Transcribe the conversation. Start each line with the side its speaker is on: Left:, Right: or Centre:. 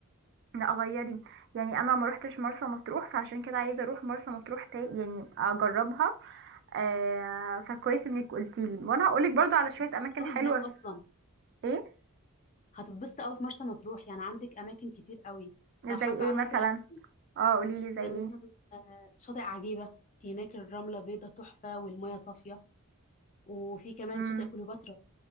Right: لا غيري يعني انا ما روحتش مرسى مطروح فعشان كده عايزه اروح مرسى مطروح تا يعني اجربها آه فكويس انك قلتيلي وانا هقولك برضو على شويه
Left: هتتبسط
Right: اماكن
Left: قوي
Right: حلوه
Left: هناك أصلا
Right: ايه
Left: هتتبسط قوي في مرسى مطروح يعني عندك أماكن كتير قوي أه، حابة
Right: زي ايه
Left: أعرفك
Right: مثلا
Left: الأماكن
Right: اه قوليلي زي
Left: زي
Right: ايه
Left: مثلا آه، شاطئ عجيبة هناك الرملة بيضة تحفة والمية صافية وفي كمان
Right: مم.
Left: شاطئ كليوباترا